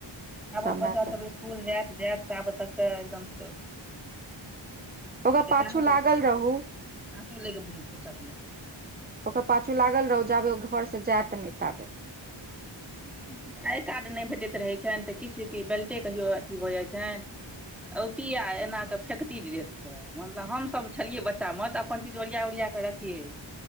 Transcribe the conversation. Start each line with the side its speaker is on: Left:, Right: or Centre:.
Centre: आबत
Right: समयके
Centre: बच्चा सभ स्कूल जायत जायत तबत तक तऽ एकदम। कऽ
Right: ओकर
Centre: लैके
Right: पाछू
Centre: चाहू
Right: लागल
Centre: कखन
Right: रहू
Centre: लैके बुझू फुरसत नहि।
Right: ओकर पाछू लागल रहौ जाबे घरसे जायत नहि ताबे।
Centre: किछु किछु आय कार्ड नहि भेटैत रहैत छनि तऽ किछु क बेल्टे कहियो अथि भऽ जाइत छनि। औती आ एना कऽ फेकती ड्रेसके। मतलब हमसभ छलियै बच्चामे तऽ अपन चीज ओरिया ओरिया कऽ रखियै।